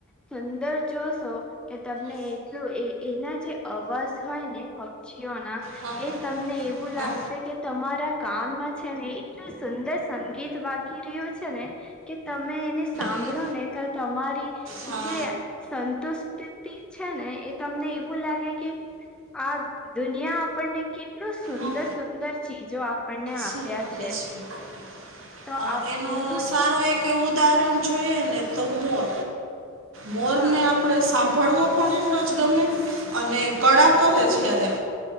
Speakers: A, in the centre; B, on the right.
A: સુંદર જોશો કે તમને એટલું એ એના જે અવાજ હોય ને પક્ષીઓના
B: હા હા
A: એ તમને એવું લાગશે
B: હા
A: કે તમારા કાનમાં છે ને એટલું સુંદર સંગીત વાગી રહ્યું છે ને. કે તમે એને સાંભળો
B: હમ.
A: ને તો તમારી
B: હા
A: જે સંતુષિ છે ને એ તમને એવું લાગે કે આ દુનિયા આપણને કેટલું સુંદર
B: હા
A: સુંદર ચીજો આપણને આપ્યા
B: શું આપે
A: છે
B: છે
A: તો
B: અ
A: આપ
B: એનો
A: એનું જે
B: સારો એક કે ઉદાહરણ જોઈએ ને તો મોર મોરને
A: હા
B: આપ આપણે સાંભળવો પણ એટલો જ ગમે અને કળા કરે જ્યારે